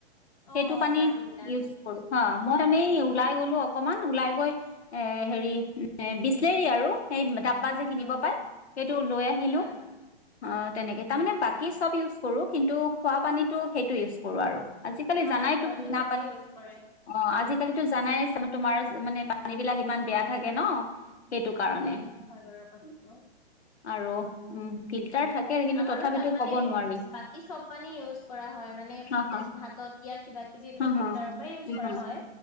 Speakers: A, on the left; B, on the left.
A: অ
B: সেইটো
A: অ
B: পানী
A: ড্ৰাম বিলাক
B: ইউছ কৰো। মই মি ওলাই গ'লো অকমান, ওলাই গৈ এ হেৰি এ বিচলেৰি আৰু সেই ডাবা যে কিনিব
A: উম
B: পায় সেইটো লৈ আহিলো।
A: হয় হয়
B: অ তেনেকে তাৰমানে বাকী চব ইউজ কৰো, কিন্তু খোৱা পানী সেইটো ইউজ কৰোঁ আৰু। আজিকালি
A: আমাৰ
B: জানাই
A: ঘৰতো
B: তো কিনা
A: সেইটোৱে
B: পানী,
A: ইউজ কৰে
B: অ আজিকালিটো
A: উম
B: জানাই চ- তোমাৰ মানে পানী বিলাক ইমান বেয়া থাকে ন। সেইটো কাৰণে
A: উম হয় বাৰু কথাটো।
B: আৰু উম ফিল্টাৰ থাকে কিন্তু
A: আমাৰো
B: তথাপিতো
A: তাত মানে
B: ক'ব নোৱাৰি
A: বাকী চব পানী ইউজ কৰা হয়। হয় মানে
B: হা হা
A: ভাতত দিয়া কিবা কিবি এইবিলাক
B: হা
A: ফিল্টাৰৰ
B: হা
A: পৰা ইউজ কৰা
B: হা
A: হয়।